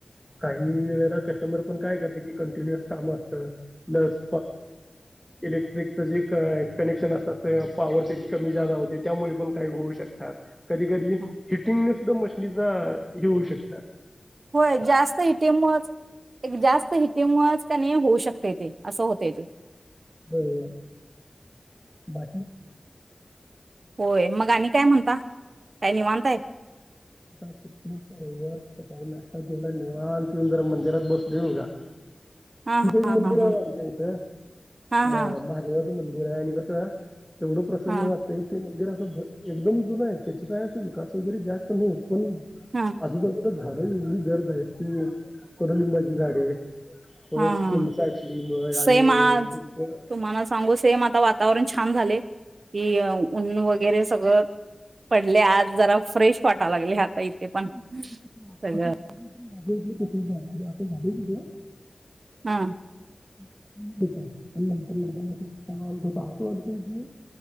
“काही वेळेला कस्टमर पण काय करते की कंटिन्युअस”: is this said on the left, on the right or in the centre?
Centre